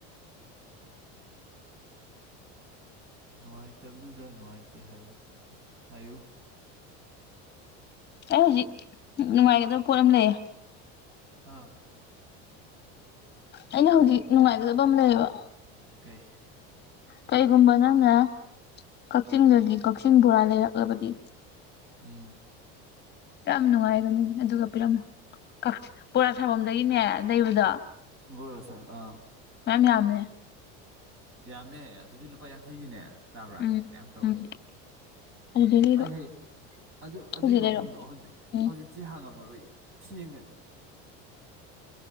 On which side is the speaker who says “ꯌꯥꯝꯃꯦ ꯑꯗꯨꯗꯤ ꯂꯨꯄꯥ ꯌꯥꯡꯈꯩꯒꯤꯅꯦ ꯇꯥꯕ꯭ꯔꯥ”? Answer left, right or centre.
Right